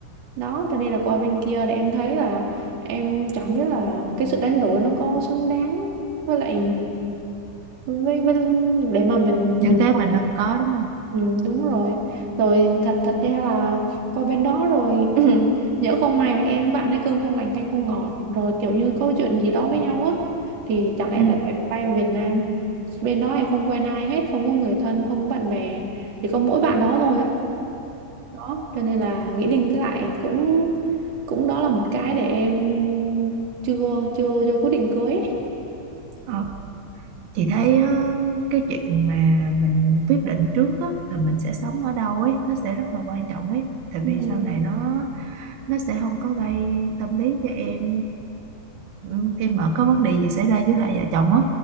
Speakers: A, on the right (about 35°); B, on the right (about 75°).
A: đó cho nên là qua bên kia thì em thấy là em chẳng biết là cái sự đánh đổi nó có xứng đáng với lại với, với để mà mình
B: những
A: mình
B: cái mình đang có đúng không
A: Ừ, đúng rồi rồi thật thật ra là qua bên đó rồi <clears throat> nhỡ không may mà em với bạn ấy cơm không lành canh không ngọt rồi kiểu như câu chuyện gì đó với nhau á thì chẳng lẽ
B: ừ.
A: em lại phải bay về Việt Nam bên đó em không quen ai hết không có người thân không có bạn bè chỉ có mỗi bạn đó thôi á đó cho nên là nghĩ đi nghĩ lại cũng cũng đó là một cái để em chưa chưa chưa quyết định cưới ấy.
B: Ờ. Chị thấy ờ, cái chuyện mà mình quyết định trước á, là mình sẽ sống ở đâu ấy nó sẽ rất là quan trọng ấy tại
A: Ừ.
B: vì sau này nó nó sẽ không có gây tâm lý cho em ừ, khi mà có vấn đề gì xảy ra giữa hai vợ chồng á